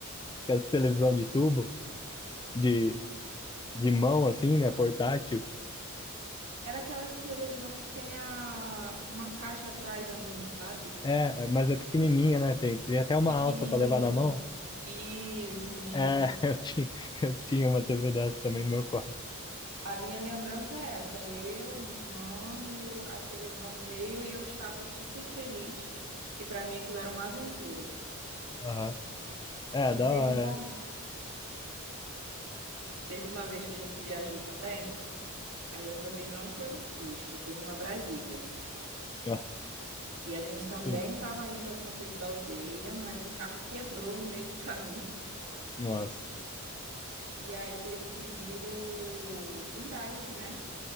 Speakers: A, on the left; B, on the right.
A: aquela televisão de tubo, de, de mão assim, né? Portátil.
B: Era aquelas televisão que tem a, uma caixa atrás ainda, sabe?
A: É, mas é pequenininha, né? Tem, tem até uma
B: Pequenininha.
A: alça para levar na mão.
B: Isso, isso.
A: É, <laughs> eu tinha, eu tinha uma TV dessa também no meu quarto.
B: A minha lembrança é essa. Eu, a minha irmã e o- a televisão no meio, e eu estava super feliz, porque para mim aquilo era uma aventura.
A: Aham. É,
B: E
A: da
B: teve
A: hora.
B: uma, teve uma vez que a gente viajou também, mas dessa vez não foi no Fusca, foi numa Brasília.
A: é. Nossa,
B: E a gente também
A: que-
B: estava indo para São Pedro da Aldeia, mas o carro quebrou no meio do caminho.
A: nossa,
B: E aí teve que vir o guindaste, né?